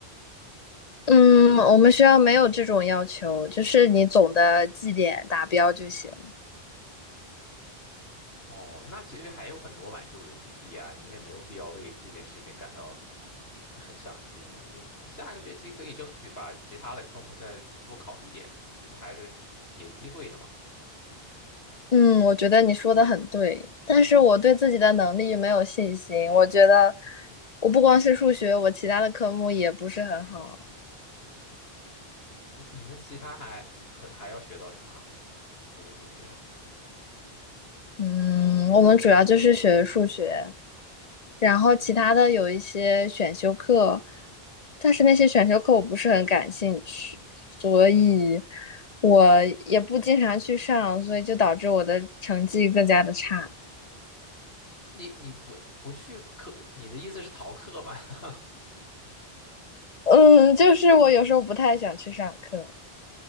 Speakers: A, on the left (about 40°); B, on the left (about 75°).
A: 嗯，我们学校没有这种要求，就是你总的绩点达标就行。
B: 哦，那其实还有很多挽救的余地啊，你也没有必要为这件事情感到很伤心啊。你下个学期可以争取把其他的科目再多考一点嘛，其实还是有机会的嘛。
A: 嗯，我觉得你说的很对，但是我对自己的能力没有信心。我觉得我不光是数学，我其他的科目也不是很好。
B: 你你们其他还可还要学到什么啊除了数学？
A: 嗯，我们主要就是学数学。然后其他的有一些选修课，但是那些选修课我不是很感兴趣，所以我也不经常去上，所以就导致我的成绩更加的差。
B: 你你不不去课，你的意思是逃课吗？<laughs>
A: 嗯，就是我有时候不太想去上课，